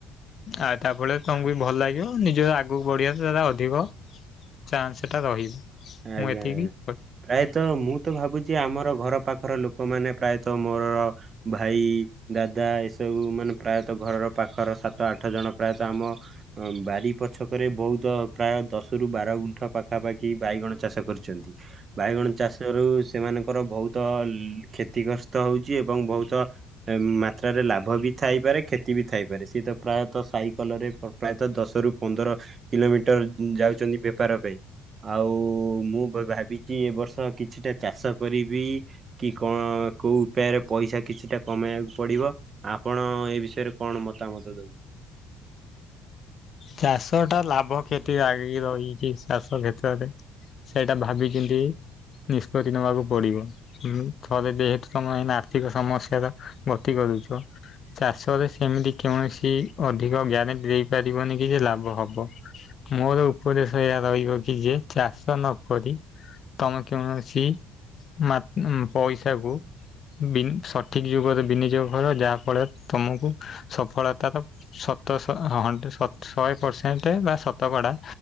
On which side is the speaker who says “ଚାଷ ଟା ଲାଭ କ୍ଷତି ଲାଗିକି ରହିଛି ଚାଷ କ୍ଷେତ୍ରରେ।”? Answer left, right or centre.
Left